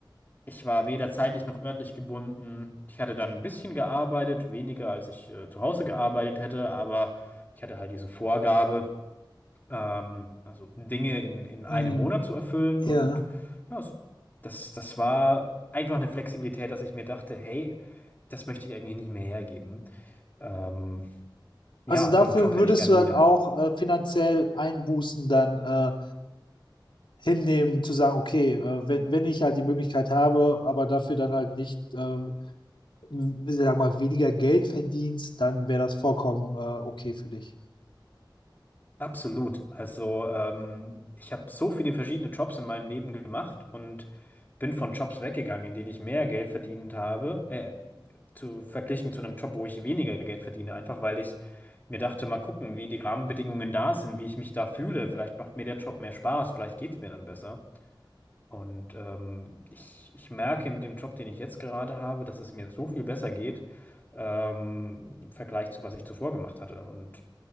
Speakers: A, on the left; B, on the left.
A: ich war weder zeitlich noch örtlich gebunden. Ich hatte dann ein bisschen gearbeitet, weniger als ich äh, zu Hause gearbeitet hätte, aber ich hatte halt diese Vorgabe ähm, also Dinge in, in einem
B: Mhm.
A: Monat zu erfüllen.
B: Ja.
A: Und ja, so- das, das war einfach eine Flexibilität, dass ich mir dachte, hey, das möchte ich eigentlich nicht mehr hergeben. Ähm, ja,
B: Also dafür
A: so einen Job
B: würdest
A: hätte ich gerne
B: du dann
A: wieder.
B: auch äh, finanziell Einbußen dann äh, hinnehmen, zu sagen, okay, äh, wenn, wenn ich halt die Möglichkeit habe, aber dafür dann halt nicht, äh, m- ich sag mal, weniger Geld verdienst, dann wäre das vollkommen äh, okay für dich.
A: Absolut. Also ähm, ich habe so viele verschiedene Jobs in meinem Leben gemacht und bin von Jobs weggegangen, in denen ich mehr Geld verdient habe, äh, zu verglichen zu einem Job, wo ich weniger Geld verdiene, einfach weil ich mir dachte, mal gucken, wie die Rahmenbedingungen da sind, wie ich mich da fühle. Vielleicht macht mir der Job mehr Spaß, vielleicht geht's mir dann besser. Und ähm, ich, ich merke mit dem Job, den ich jetzt gerade habe, dass es mir so viel besser geht ähm, im Vergleich zu, was ich zuvor gemacht hatte. Und